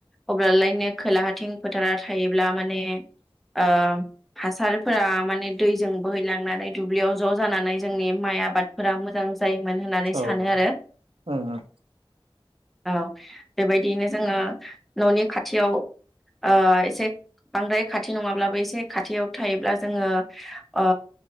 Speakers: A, in the centre; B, on the right.
A: अब्लालायनो खोलाहाथिं फोथारा थायोब्ला माने ओ‌ हासारफोरा माने दैजों बोहैलांनानै दुब्लियाव ज' जानानै जोंनि माइ आबादफोरा मोजां जायोमोन होननानै
B: औ
A: सानो
B: ओं
A: आरो
B: ओं
A: औ बेबायदियैनो जोङो न'नि खाथियाव ओ एसे बांद्राय खाथि नङाब्लाबो एसे खाथियाव थायोब्ला जोङो ओ